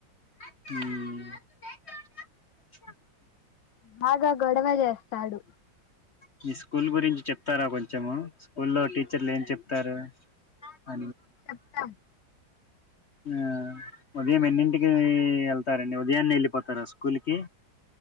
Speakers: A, on the left; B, on the left.
A: <inaudible>
B: బాగ గొడవ చేస్తాడు
A: మీ స్కూల్ గురించి చెప్తార కొంచెము స్కూల్లో టీచర్లు ఏం చెప్తారు <inaudible>
B: చెప్తాం
A: ఆ ఉదయం ఎన్నింటికి వెళ్తారండి ఉదయాన్నే ఎళ్ళిపోతార స్కూల్కి